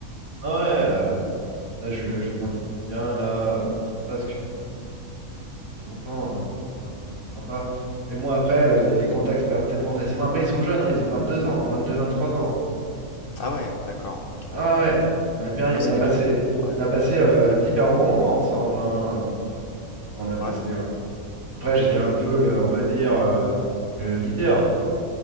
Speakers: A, on the right; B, on the left.
A: Ah ouais, euh, là, je lui, je lui demande ce qu'il vient, là, comme ça, parce que... fait longtemps. hein, Ah, ça serait sympa. Mais bon, après, euh, les, les contacts se perdent tellement facilement. Après, ils sont jeunes, hein, ils ont 22 ans, hein, 22, 23 ans. hein.
B: Ah ouais, d'accord, ok,
A: Ah
B: ouais.
A: ouais, ouais.
B: Ouais,
A: On a bien,
B: Ouais, c'est
A: on a
B: des
A: passé,
B: minous. Ouais,
A: on a passé euh, d'hyper bons moments ensemble. hein, euh, quand on a bossé.
B: ouais.
A: hein. Après, j'étais
B: hmm.
A: un peu, le- on va dire, euh, le leader, quoi.